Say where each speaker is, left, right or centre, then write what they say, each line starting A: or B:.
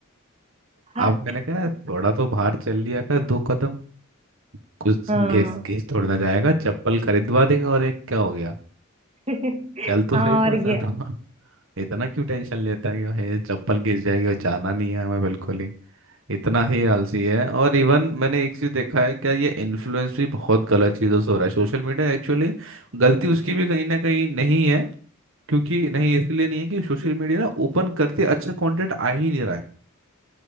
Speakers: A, on the right; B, on the right.
A: हाँ
B: अब मैंने कहा थोड़ा तो बाहर चल लिया कर दो कदम कुछ
A: हाँ
B: घेस घेस थोड़ी ना जाएगा चप्पल खरीदवा देंगे और एक क्या हो गया
A: <laughs>
B: चल तो
A: हाँ
B: सही थोड़ा
A: और
B: सा
A: क्या
B: था इतना क्यों टेंशन लेता है कि भाई चप्पल गिर जाएगी और जाना नहीं है हमें बिल्कुल ही इतना ही आलसी है और इवन मैंने एक चीज देखा है क्या ये इन्फ्लुएंस भी बहुत गलत चीजों से हो रहा है सोशल मीडिया एक्चुअली गलती उसकी भी कहीं ना कहीं नहीं है क्योंकि नहीं इसलिए नहीं है कि सोशल मीडिया ना ओपन करते अच्छा कंटेंट आ ही नहीं रहा है